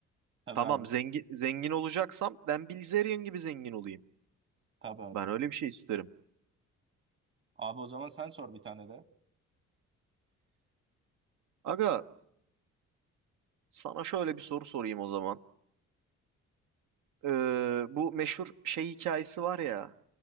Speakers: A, on the right; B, on the right.
A: Tabii
B: Tamam
A: abi.
B: zengin zengin olacaksam Dan Bilzerian gibi zengin olayım.
A: Tabii abi.
B: Ben öyle bir şey isterim.
A: Abi o zaman sen sor bir tane de.
B: Aga sana şöyle bir soru sorayım o zaman. Ee, bu meşhur şey hikayesi var ya